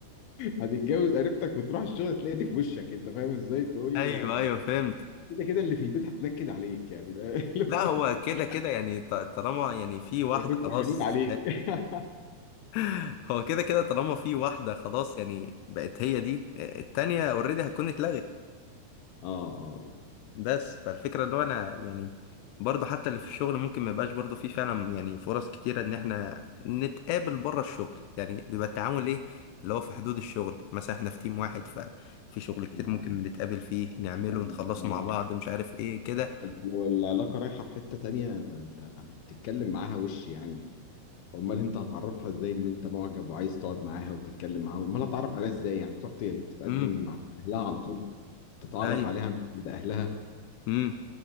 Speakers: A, on the left (about 70°); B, on the left (about 85°).
A: هتتجوز قريبتك وتروح الشغل تلاقي دي في وشك انت فاهم ازاي تقول
B: ايوه ايوه فهمت
A: كده كده اللي في البيت هتنكد عليك يعني فاهم؟
B: لا هو
A: <laughs>
B: كده
A: اللي
B: كده يعني ط- طالما يعني في واحده
A: هو انا كنت
B: خلاص
A: هموت عليك <laughs>
B: <laughs> هو كده كده طالما في واحدة خلاص يعني بقت هي دي التانية اوريدي هتكون اتلغت
A: اه اه
B: بس فالفكرة اللي هو انا يعني برضو حتى اللي في الشغل ممكن ما يبقاش برضو في فعلا يعني فرص كتيرة ان احنا نتقابل بره الشغل يعني بيبقى التعامل ايه اللي هو في حدود الشغل مثلا احنا في تيم واحد ففي شغل كتير
A: لا
B: ممكن نتقابل فيه نعمله
A: لا،
B: ونخلصه
A: لو
B: مع بعض مش عارف ايه كده
A: لو العلاقة رايحة في حتة تانية انت هتتكلم معاها وش يعني امال انت هتعرفها ازاي ان انت معجب وعايز تقعد معاها وتتكلم معاها امال هتعرف عليها ازاي يعني تروح ت- تتقدم
B: امم
A: مع اهلها على طول تتعرف
B: ايوه
A: عليها عند اهلها
B: امم